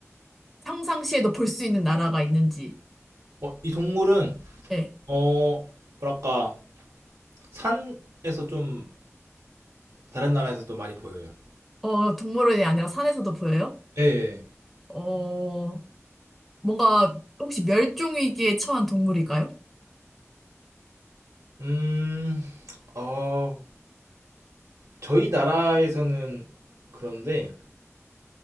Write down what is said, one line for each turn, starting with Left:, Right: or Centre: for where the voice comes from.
Centre: 평상시에도 볼 수 있는 나라가 있는지.
Right: 어 이 동물은
Centre: 예.
Right: 어 뭐랄까 산에서 좀 다른 나라에서 또 많이 보여요.
Centre: 어, 동물원이 아니라 산에서도 보여요?
Right: 예예.
Centre: 어, 뭔가 혹시 멸종위기에 처한 동물일까요?
Right: 음 어, 저희 나라에서는 그런데